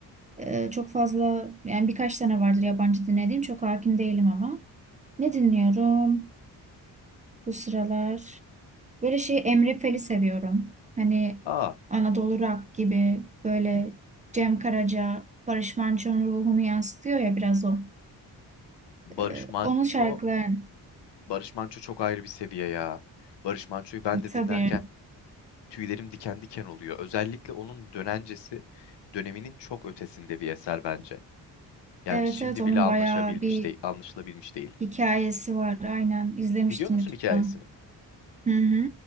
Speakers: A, on the right; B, on the left.
A: Ee, çok fazla yani birkaç tane vardır yabancı dinlediğim çok hakim değilim ama. Ne dinliyorum bu sıralar? Böyle şey Emre Fel'i seviyorum. Hani
B: Aa,
A: Anadolu Rock gibi böyle Cem Karaca, Barış Manço'nun ruhunu yansıtıyor ya biraz o.
B: Barış
A: Ee,
B: Manço.
A: onun şarkıları
B: Barış Manço çok ayrı bir seviye ya. Barış Manço'yu ben de
A: tabii.
B: dinlerken tüylerim diken diken oluyor. Özellikle onun dönencesi döneminin çok ötesinde bir eser bence. Yani
A: Evet
B: şimdi
A: evet onun
B: bile anlaşabilmiş
A: bayağı bir
B: değil, anlaşılabilmiş değil.
A: Hikayesi var aynen izlemiştim
B: Biliyor musun
A: YouTube'dan.
B: hikayesini?
A: Hı hı.